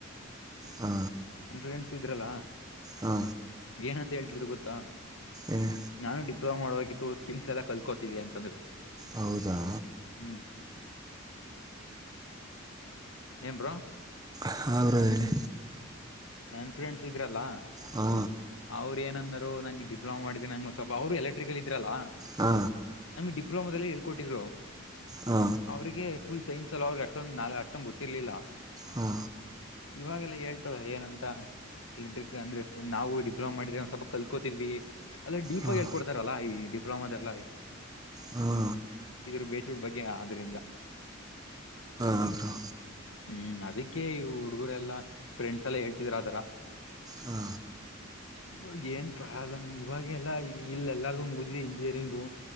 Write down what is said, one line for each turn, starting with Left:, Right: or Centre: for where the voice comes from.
Right: ಹಾ
Left: ನನ್ ಫ್ರೆಂಡ್ಸ್ ಇದ್ರಲ್ಲಾ
Right: ಹಾ
Left: ಏನಂತ ಹೇಳ್ತಿದ್ರು ಗೊತ್ತಾ.
Right: ಏನ್
Left: ನಾನು ಡಿಪ್ಲೊಮಾ ಮಾಡ್ಬೇಕಿತ್ತು ಸ್ಕಿಲ್ಸ್ ಎಲ್ಲ ಕಲ್ತ್ಕೋತಿದಿದ್ದಿ ಅಂತಂದ್ರು.
Right: ಹೌದಾ
Left: ಹ್ಮ್ ಏ ಬ್ರೋ
Right: ಹಾ ಬ್ರೋ ಹೇಳಿ
Left: ನನ್ ಫ್ರೆಂಡ್ಸ್ ಇದ್ರಲ್ಲ
Right: ಹಾ
Left: ಅವ್ರ್ ಏನಂದರು ನನ್ಗ್ ಡಿಪ್ಲಮ ಮಾಡಿದೆನ ನಂಗ್ ಸ್ವಲ್ಪ ಅವ್ರು ಎಲೆಕ್ಟ್ರಿಕಲ್ ಇದ್ರಲ್ಲಾ.
Right: ಹಾ
Left: ನಮಿಗ್ ಡಿಪ್ಲೋಮಾದಲ್ಲಿ ಹೇಳ್ ಕೊಟ್ಟಿದ್ರು.
Right: ಹಾ
Left: ಅವ್ರಿಗೆ ಫುಲ್ ಸೈನ್ಸ್ ಅಲ ಅವ್ರಿಗೆ ಅಷ್ಟೊಂದ್ ನಾರ್ ಅಷ್ಟೊಂದ್ ಗೊತ್ತಿರ್ಲಿಲ್ಲ.
Right: ಹಾ
Left: ಇವಾಗ್ಲೆ ಹೇಳ್ತವ್ರ್ ಏನಂತ್ ತಾ <unintelligible> ಅಂದ್ರೆ ನಾವು ಡಿಪ್ಲೋಮಾ ಮಾಡಿದಿವ್ ಸ್ವಲ್ಪ ಕಲ್ಕೋತಿದ್ವಿ ಅಲ್ಲ ಡೀಪ್
Right: ಹಾಂ
Left: ಆಗ್ ಹೇಳ್ ಕೊಟ್ಟ್ ರಲ್ಲಾ ಈ ಡಿಪ್ಲೋಮದೆಲ್ಲ
Right: ಹಾ
Left: ಇದ್ರು ಬೇಸಡ್ ಬಗ್ಗೆ ಆದರಿಂದ
Right: ಅವರು
Left: ಹ್ಮ್ ಅದಕ್ಕೆೇ ಇವ್ಳ್ ಹುಡುಗ್ರೆಲ್ಲಾ ಫ್ರೆಂಡ್ಸ್ ಎಲ್ಲಾ ಹೇಳ್ತಿದ್ರ್ ಆತರ.
Right: ಹಾ
Left: ಇವಾಗ್ ಏನ್ ಪ್ರಾಬ್ಲಮ್ ಇವಾಗ್ ಎಲ್ಲಾ ಇಲ್ಲ್ ಎಲ್ಲಾರ್ದು ಮುಗ್ದಿದೆ ಇಂಜಿನಿಯರಿಂಗು